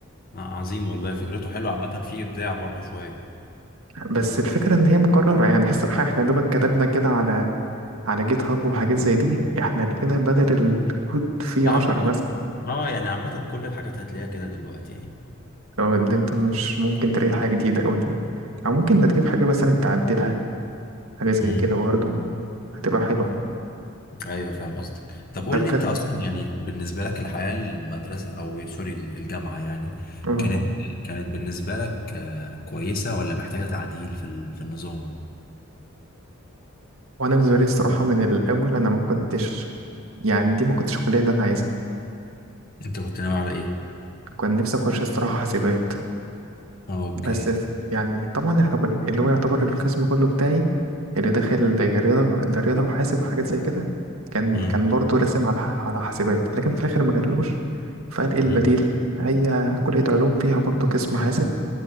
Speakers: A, on the left; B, on the right.
A: آه، عظيم والله فكرته حلوه عامه في ابداع برضو شويه
B: بس الفكره ان هي مكرره يعني الصراحه احنا يا دوبك كتبنا كده على على جيت هاب وحاجات زي دي احنا لقينا بدل الكود فيه
A: عامه
B: عشرة بس
A: اه يعني عامه كل الحاجات هتلاقيها كده دلوقتي يعني
B: او اللي انت مش ممكن تلاقي حاجة جديدة او او ممكن ده تجيب حاجة مثلا تعدلها حاجة زي
A: امم
B: كده برضه هتبقى حلوة
A: ايوه فاهم قصدك طب قول
B: طب
A: لي انت اصلا يعني بالنسبه لك الحياه المدرسه او سوري الجامعه يعني
B: كلم
A: كانت كانت بالنسبه لك آه، كويسه ولا محتاجه تعديل في ال- في النظام
B: وانا بالنسبه لي الصراحه من الاول انا ما كنتش يعني دي ما كنتش الكليه اللي انا عايزها
A: انت كنت ناوي على ايه
B: كان نفسي اخش الصراحه حاسبات
A: اه اوكي
B: بس يعني طبعا احنا كل اللي هو يعتبر القسم كله بتاعي اللي داخل رياضه ده رياضه وحاسب وحاجات زي كده كان
A: اه
B: كان برضه راسم على على حاسبات لكن في الاخر ما جاتلوش فقال ايه البديل
A: امم
B: هي كليه علوم فيها برضه قسم حاسب